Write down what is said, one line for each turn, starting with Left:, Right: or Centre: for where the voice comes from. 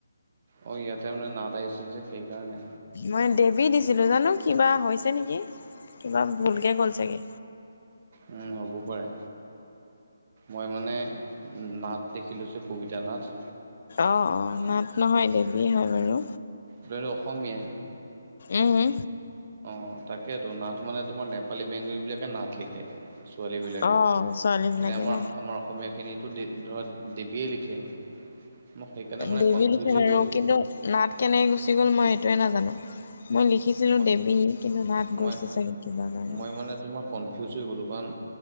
Right: অ', ইয়াতে মানে নাথ আহিছিল যে সেইকাৰণে।
Left: মই দেৱী দিছিলোঁ জানো কিবা হৈছে নেকি কিবা ভুল কে গ'ল চাগে।
Right: ওম হ'বও পাৰে মই মানে নাথ দেখিলোঁ যে কবিতা নাথ।
Left: অঁ', অঁ', নাথ নহয় দেৱী হয় বাৰু।
Right: তুমিতো অসমীয়াই?
Left: উম।
Right: অ', তাকেইেতো নাথ মানে তোমাৰ নেপালী বেংগলী বিলাকে নাথ লিখে। ছোৱালীবিলাকে
Left: অ', ছোৱালী বিলাকে
Right: এনে আমাৰ
Left: ন
Right: আমাৰ অসমীয়াখিনিতো দে ধৰা দেৱীয়ে লিখে। মই সেইকাৰণে মানে
Left: দেৱী
Right: কনফিউজ
Left: লিখে
Right: হৈ
Left: বাৰু
Right: গ'লো
Left: কিন্তু নাথ কেনেকৈ গুচি গ'ল মই সেইটোৱে নাজানোঁ মই লিখিছিলোঁ
Right: মই
Left: দেৱী। নাথ
Right: মই
Left: গৈছে চাগে কিবা কাৰণত।
Right: মই মানে তোমাৰ কনফিউজ হৈ গ'লোঁ কাৰণ